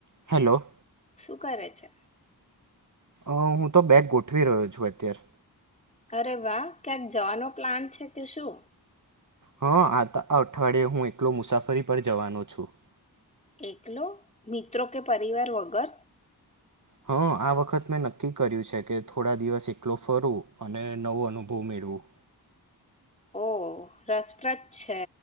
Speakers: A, on the right; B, on the left.
A: Hello.
B: શું કરે છે?
A: અ હું તો બેગ ગોઠવી રહ્યો છું અત્યારે.
B: અરે વાહ ક્યાંક જવાનો પ્લાન છે કે શું?
A: હા આ અઠવાડિયે હું એકલો મુસાફરી પર જવાનો છું.
B: એકલો મિત્રો કે પરિવાર વગર?
A: હા આ વખત મેં નક્કી કર્યું છે કે થોડા દિવસ એકલો ફરું, અને નવો અનુભવ મેળવું.
B: ઓ રસપ્રદ છે.